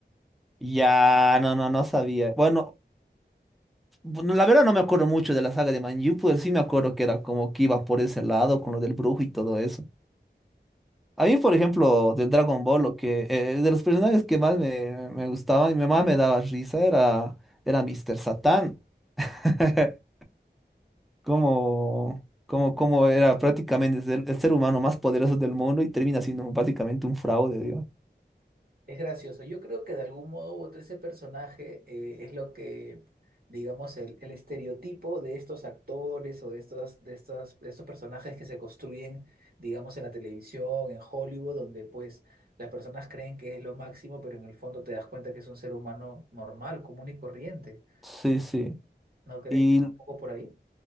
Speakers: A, in the centre; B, on the right.
A: Ya, no, no, no sabía. Bueno, bueno, la verdad no me acuerdo mucho de la saga de Manju, pero sí me acuerdo que era como que iba por ese lado con lo del brujo y todo eso. A mí, por ejemplo, del Dragon Ball, lo que, eh, eh, de los personajes que más me, me gustaban y me- más me daba risa era, era Mr. Satan. <laughs> cómo, cómo, cómo era prácticamente el, ser el ser humano más poderoso del mundo y termina siendo básicamente un fraude, Dios.
B: Es gracioso. Yo creo que de algún modo u otro ese personaje eh, es lo que, digamos, el, el estereotipo de estos actores o de estos, de estas- de estos personajes que se construyen, digamos, en la televisión, en Hollywood, donde pues las personas creen que es lo máximo, pero en el fondo te das cuenta que es un ser humano normal, común y corriente.
A: Sí, sí.
B: ¿No crees
A: Y
B: que va un poco por ahí?